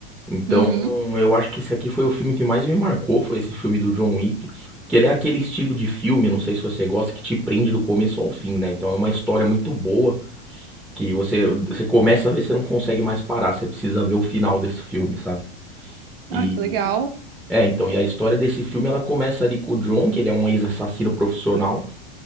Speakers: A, in the centre; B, on the right.
A: Então,
B: Uhum.
A: eu acho que esse aqui foi o filme que mais me marcou, foi esse filme do John Wick, que ele é aquele estilo de filme, não sei se você gosta, que te prende do começo ao fim, né? Então é uma história muito boa que você você começa a ver, você não consegue mais parar, você precisa ver o final desse filme, sabe? E
B: Ah, que legal.
A: é, então, e a história desse filme ela começa ali com o John, que ele é um ex-assassino profissional